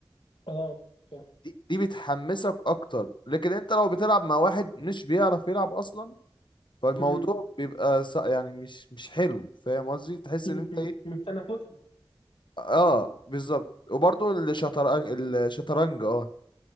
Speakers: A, on the left; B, on the left.
A: اه صح
B: دي دي بتحمسك أكتر لكن أنت لو بتلعب مع واحد مش بيعرف يلعب أصلا فالموضوع
A: مم.
B: بيبقى ص- يعني مش مش حلو فاهم قصدي تحس
A: مم.
B: ان انت
A: مم.
B: إيه،
A: مش تنافسي
B: اه بالظبط وبرضه الشطرنج الشطرنج اه